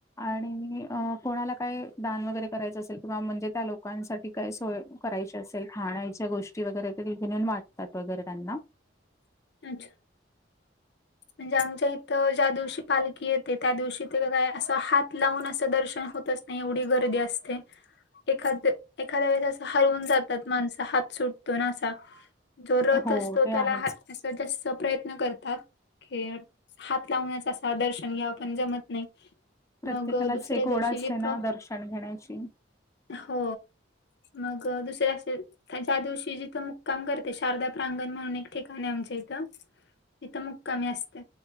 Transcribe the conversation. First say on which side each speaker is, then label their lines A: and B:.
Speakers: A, on the left; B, on the left.
A: आणि कोणाला काय दान वगैरे करायचं असेल. किंवा म्हणजे त्या लोकांसाठी, काय सोय करायची असेल. खान्याच्या गोष्टी वगैरे त्यांनी वाटतात वगैरे त्यांना.
B: अच्छा. म्हणजे आमच्या इथं ज्या दिवशी पालखी येते. त्या दिवशी ते काय असं हात लावून असं दर्शन होत असत. एवढी गर्दी असते एखाद एखाद्या वेळेस हरवून जातात माणसं हात सुटतो असा. जो रथ
A: हो
B: असतो.
A: ते
B: त्याला
A: आहेच.
B: हात जास्त प्रयत्न करतात. की हात लावण्याच असं दर्शन घ्यायला पण जमत नाही.
A: प्रत्येकालाच
B: मग दुसऱ्या
A: एक
B: दिवशी
A: ओढ असते
B: जिथं
A: ना दर्शन घेण्याची.
B: हो, मग दुसरे असे ज्या दिवशी जिथं मुक्काम करते. शारदा प्रांगण म्हणून एक ठिकाण आहे आमच्या इथं. तिथं मुक्कामी असते.